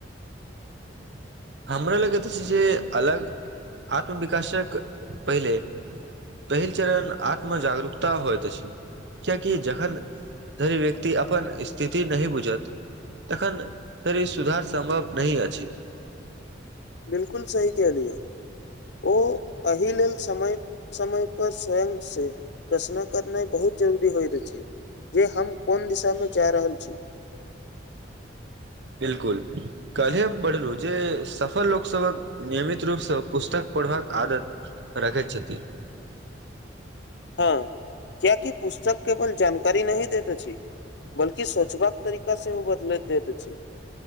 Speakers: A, on the right; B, on the left.
A: <inaudible> हमरा लगैत अछि जे अलग आत्मविकाशक पहिले पहिल चरण आत्मजागरूकता हौत अछि कियकि जखन तहि व्यक्ति अपन स्थिति नहि बुझत तखन धरि ई सुधार सम्भव नहि अछि
B: बिलकु सही कहलियै
A: <inaudible>
B: ओ एहि लेल समय समयपर स्वयंसँ प्रश्न करनाइ बहुत जरूरी हौत अछि जे हम कोन दिशामे जा रहल छी
A: बिलकुल कल्हे पढ़लू जे सफर लोक क नियमित रूपसँ पुस्तक पढ़बाक आदत रखैत छथि <inaudible>
B: हँ क्या की पुस्तक केवल जानकारी नहि दैत अछि बल्कि सोचबाक तरीका सेहो ओ बदलैत दैत अछि